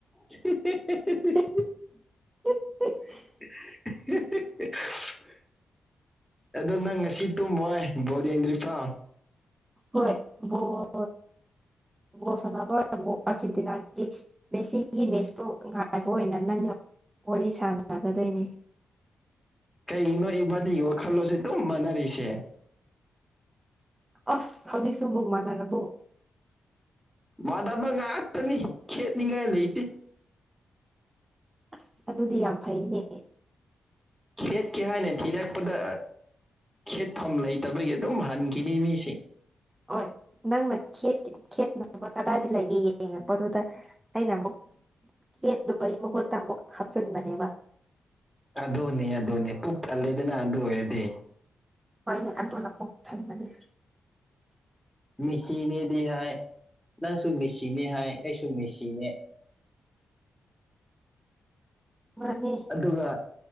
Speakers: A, in the centre; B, on the right (about 15°).
A: <unintelligible>
B: <inaudible>
A: <unintelligible> ꯑꯗꯣ ꯅꯪ ꯉꯁꯤ ꯇꯨꯝꯃꯣꯏ ꯕꯣꯜ ꯌꯦꯡꯗ꯭ꯔꯤꯐꯥꯎ
B: ꯍꯣꯏ ꯕꯣꯜ ꯕꯣꯜ ꯁꯥꯟꯅꯕ ꯑꯔꯖꯦꯟꯇꯤꯅꯥꯒꯤ ꯃꯦꯁꯤꯒꯤ ꯃꯦꯁꯇꯨ ꯉꯥꯏꯕ ꯑꯣꯏꯅ ꯅꯪꯅ ꯋꯥꯔꯤ ꯁꯥꯟꯅꯒꯗꯣꯏꯅꯦ
A: ꯀꯩꯒꯤꯅꯣ ꯏꯕꯥꯅꯤꯒꯤ ꯈꯜꯂꯣꯖꯦ ꯑꯗꯨꯝ ꯃꯥꯟꯅꯔꯤꯁꯦ
B: ꯑꯁ ꯍꯧꯖꯤꯛꯁꯨꯕꯣꯛ ꯃꯥꯅꯔꯕꯣ
A: ꯃꯥꯗꯕ ꯉꯥꯛꯇꯅꯤ ꯈꯦꯠꯅꯤꯉꯥꯏ ꯂꯩꯇꯦ
B: ꯑꯁ ꯑꯗꯨꯗꯤ ꯌꯥꯝ ꯐꯩꯅꯦ
A: ꯈꯦꯠꯀꯦ ꯍꯥꯏꯅ ꯊꯤꯔꯛꯄꯗ ꯈꯦꯠꯐꯝ ꯂꯩꯇꯕꯒꯤ ꯑꯗꯨꯝ ꯍꯟꯈꯤꯅꯤ ꯃꯤꯁꯤꯡ
B: ꯍꯣꯏ ꯅꯪꯅ ꯈꯦꯠ ꯈꯦꯠꯅꯕ ꯀꯗꯥꯏꯗ ꯂꯩꯒꯦ ꯌꯦꯡꯉꯛꯄꯗꯨꯗ ꯑꯩꯅ ꯑꯃꯨꯛ ꯈꯦꯠꯂꯨꯕꯩ ꯃꯍꯨꯠꯇ ꯑꯃꯨꯛ ꯍꯥꯞꯆꯤꯟꯕꯅꯦꯕ
A: ꯑꯗꯨꯅꯦ ꯑꯗꯨꯅꯦ ꯄꯨꯛ ꯊꯜꯂꯦꯗꯅ ꯑꯗꯨ ꯑꯣꯏꯔꯗꯤ
B: ꯍꯣꯏꯅꯦ ꯑꯗꯨꯅ ꯄꯨꯛ ꯊꯟꯕꯅꯤ
A: ꯃꯦꯁꯤꯅꯦꯗꯤꯍꯥꯏ ꯅꯪꯁꯨꯨ ꯃꯦꯁꯤꯅꯦ ꯍꯥꯏ ꯑꯩꯁꯨ ꯃꯦꯁꯤꯅꯦ
B: ꯃꯥꯅꯦ
A: ꯑꯗꯨꯒ